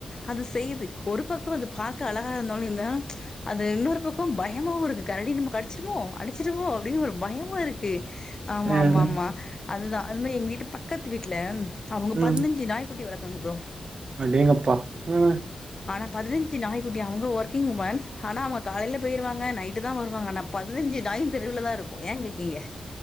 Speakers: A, on the left; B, on the right.
A: அது செய்து ஒரு பக்கோ அது பாக்க அழகா இருந்தாலு இந்த ப்ச் அது இன்னோரு பக்கோ பய் பயமாவு இருக்கு கரடி நம்ம கடிச்சிருமோ அடிச்சிருவோ அப்டின் ஒரு பயமா இருக்கு ஆம்
B: ம்
A: ஆம் ஆம் ஆமா
B: ம்
A: அதுதா அதுமாரி எங்க வீட்டு பக்கத்து வீட்ல அவுங்க
B: ம்
A: பதினஞ்சி நாய்குட்டி வளக் த்தாங்க ப்ரோ
B: அடேங்கப்பா ஆ
A: ஆனா பதினஞ்சி நாய்குட்டி அவுங்க ஒர்கிங்வுமன் ஆனா அவுங்க காலைல பெயிர்வாங்க க நைட்டு தா வருவாங்க ஆனா பதினஞ்சி நாயு தெருவுல தா இருக்கு ஏங்கேக்கீங்க